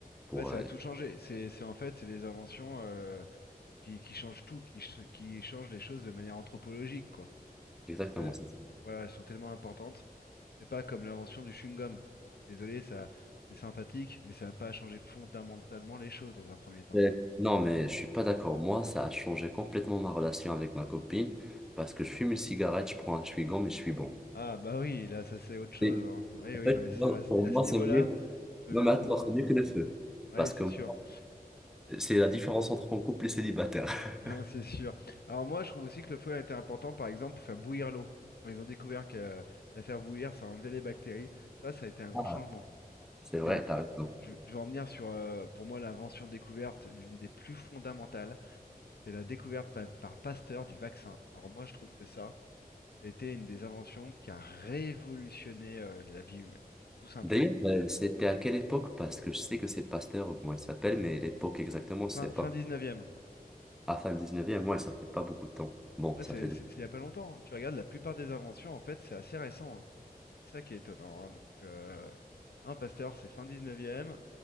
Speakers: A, in the centre; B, on the left (about 85°).
A: pour.
B: Ouais, ça
A: euh,
B: a tout changé. C'est, c'est en fait, c'est les inventions. euh, qui, qui changent tout, qui, ch- qui changent les choses de manière anthropologique, quoi.
A: Exactement,
B: Parce que,
A: c'est ça.
B: voilà, elles sont tellement importantes. C'est pas comme l'invention du chewing-gum. Je suis désolé, ça, c'est sympathique, mais ça n'a pas changé fondamentalement les choses dans un premier temps.
A: Euh, Non, mais je suis pas d'accord. Moi, ça a changé complètement ma relation avec ma copine parce que je fume une cigarette, je prends un chewing-gum et je suis bon.
B: Ah, bah oui, là, ça, c'est autre chose,
A: Et
B: hein. Ah Oui,
A: en
B: oui,
A: fait,
B: non, mais
A: tu
B: c'est-
A: vois,
B: à ce,
A: pour
B: à
A: moi,
B: ce
A: c'est
B: niveau-là,
A: mieux.
B: je veux
A: Non,
B: bien
A: mais
B: le
A: attends,
B: comprendre.
A: c'est mieux que le feu.
B: Ah
A: Parce
B: Oui, c'est
A: que moi,
B: sûr. <laughs>
A: c'est la différence entre un couple et célibataire. <laughs>
B: Hein, C'est sûr. Alors moi, je trouve aussi que le feu a été important, par exemple, pour faire bouillir l'eau. Quand ils ont découvert que euh, la faire bouillir, ça enlevait les bactéries, ça, ça a été un grand
A: Ah,
B: changement.
A: c'est vrai,
B: Mais bon,
A: t'as raison.
B: Je, je vais en venir sur, euh, pour moi, l'invention découverte, l'une des plus fondamentales, c'est la découverte pa- par, Pasteur du vaccin. Alors moi, je trouve que ça, c'était une des inventions qui a révolutionné euh, la vie humaine, tout simplement.
A: D'ailleurs, euh, c'était à quelle époque? Parce que je sais que c'est Pasteur ou comment il s'appelle, mais l'époque exactement, je
B: Fin,
A: sais pas.
B: fin 19e.
A: À fin 19e, moi, ça fait pas beaucoup de temps. Bon,
B: Ouais,
A: ça
B: c'est
A: fait.
B: c'est- c'est il n'y a pas longtemps. hein. Tu regardes, la plupart des inventions, en fait, c'est assez récent. hein. C'est ça qui est étonnant. hein. Donc, euh, hein, Pasteur, c'est fin 19e.